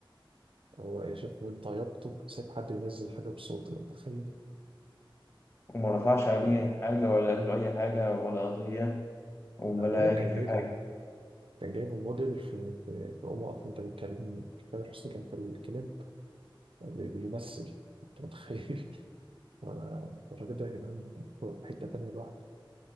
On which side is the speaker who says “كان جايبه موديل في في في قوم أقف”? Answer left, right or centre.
Right